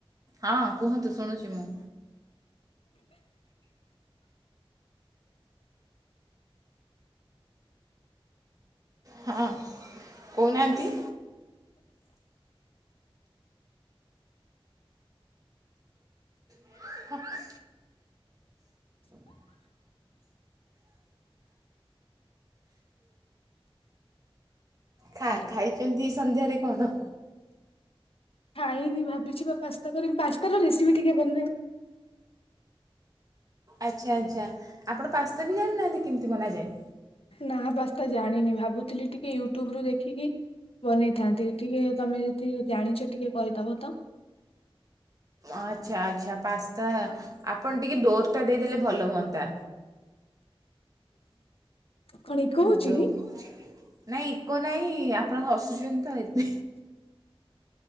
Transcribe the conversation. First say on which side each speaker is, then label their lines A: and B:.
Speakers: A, on the right; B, on the left.
A: ହଁ କୁହନ୍ତୁ ଶୁଣୁଚି ମୁଁ। ହଁ କୋହୁନାହାନ୍ତି? <inaudible> ଖା
B: ହ୍ୟାଲୋ।
A: ଖାଇଚନ୍ତି ସନ୍ଧ୍ୟାରେ କଣ?
B: ଖାଇନି ଭାବିଚି ବା ପାସ୍ତା କରିବି ପାସ୍ତାର ରେସିପି ଟିକେ <unintelligible>
A: ଆଚ୍ଛା ଆଚ୍ଛା ଆପଣ ପାସ୍ତା ବି ଜାଣିନାହାନ୍ତି କେମିତି ବନାଯାଏ?
B: ନା ପସ୍ତା ଜାଣିନି ଭାବୁଥିଲି ଟିକେ ୟୁଟ୍ୟୁବ ରୁ ଦେଖିକି ବନେଇବି। ଥାନ୍ତି ଟିକେ ତମେ ଯଦି ଜାଣିଛ ଟିକେ କହିଦବ ତ।
A: ଆଚ୍ଛା ଆଚ୍ଛା ପାସ୍ତା ଆପଣ ଟିକେ ଡୋର ଟା ଦେଇଦେଲେ ଭଲ ହୁଅନ୍ତା।
B: କଣ ଇକୋ ହଉଛି
A: ଯୋଉ
B: କି?
A: ନାଇଁ ଇକୋ ନାଇଁ ଆପଣ ହସୁଛନ୍ତି ତ ଏ